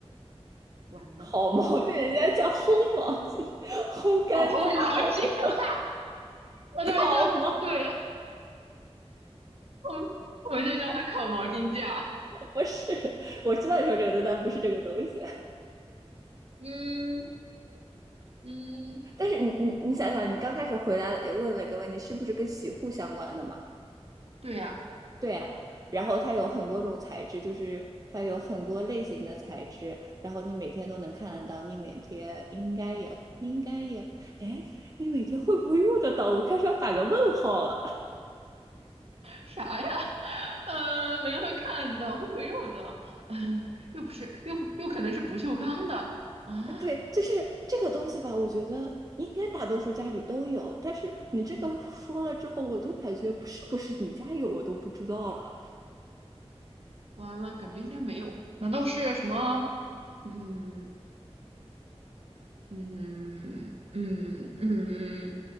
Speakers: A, on the right; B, on the right.
A: 完了，
B: 好毛巾，人家叫烘毛巾，烘干架，
A: 哦，烘毛巾，
B: 好不
A: <laughs> 我都没叫，
B: 好吗？
A: 我没，我我没在叫它烤毛巾架，
B: 不是我知道你说这个东西，但不是这个东西。
A: 嗯。嗯，
B: 但是你你你想想，你刚开始回答问了一个问题，是不是跟洗护相关的嘛？
A: 对呀，
B: 对呀、啊然后它有很多种材质，就是它有很多类型的材质，然后你每天都能看得到，你每天应该也应该也，哎，你每天会不会用得到？我开始要打个问号了。
A: 啥呀？<laughs> 呃，没人会看到，会不会用的？嗯，又不是，又又可能是不锈钢的啊！
B: <laughs> 对，就是这个东西吧，我觉得。应该大多数家里都有，但是你这个说了之后，我都感觉是不是你家有我都不知道了。
A: 完了，感觉应该没有。难道是什么？嗯嗯嗯嗯嗯